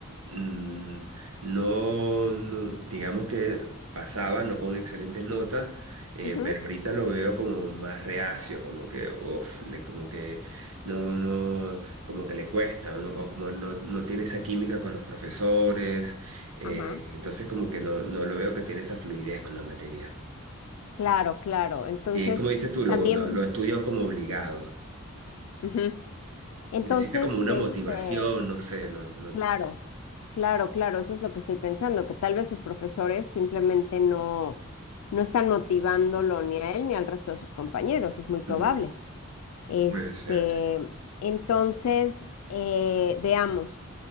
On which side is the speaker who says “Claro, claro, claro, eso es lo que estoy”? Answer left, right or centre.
Left